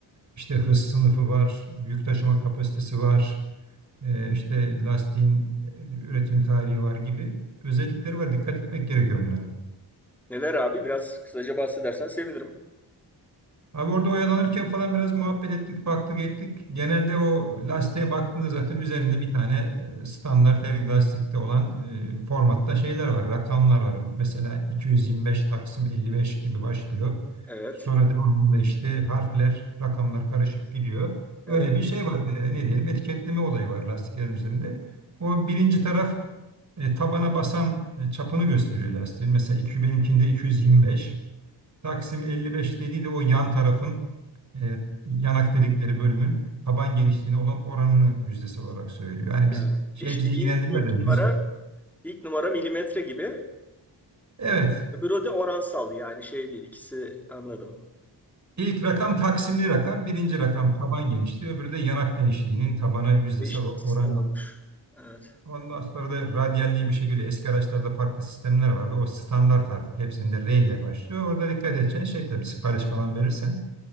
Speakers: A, on the right (about 40°); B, in the centre.
A: İşte hız sınıfı var, yük taşıma kapasitesi var, e, işte lastiğin e, üretim tarihi var gibi özellikleri var. Dikkat etmek gerekiyor bunlara.
B: Neler abi? Biraz kısaca bahsedersen sevinirim.
A: Abi orada oyalanırken falan biraz muhabbet ettik, baktık ettik. Genelde o lastiğe baktığında zaten üzerinde bir tane e, standart her lastikte olan e, formatta şeyler var, rakamlar var. Mesela 225 taksim 55 gibi başlıyor.
B: Evet,
A: Sonra devamında işte harfler, rakamlar karışık gidiyor. Öyle
B: evet.
A: bir şey var. e, ne diyelim etiketleme olayı var lastiklerin üzerinde. O birinci taraf e, tabana basan e, çapını gösteriyor lastiğin. Mesela iki, benimkinde 225. Taksim 55 dediği de o yan tarafın e, yanak dedikleri bölümün taban genişliğine olan oranını yüzdesi olarak söylüyor. Yani
B: Ha,
A: biz şey
B: İşte
A: bizi ilgilendirmiyor
B: ilk, ilk
A: da yüz...
B: numara ilk numara milimetre gibi.
A: Evet.
B: E, öbürü de oransal yani şey değil. İkisi anladım.
A: İlk rakam taksimli rakam, birinci rakam taban genişliği, öbürü de yanak genişliğinin tabana yüzdesel
B: Değişik
A: oranı.
B: bir sistem olmuş. Evet.
A: Ondan sonra da radyal diye bir şey geliyor. Eski araçlarda farklı sistemler vardı. O standart artık. Hepsinde R ile başlıyor. Orada dikkat edeceksin şey tabii sipariş falan verirsen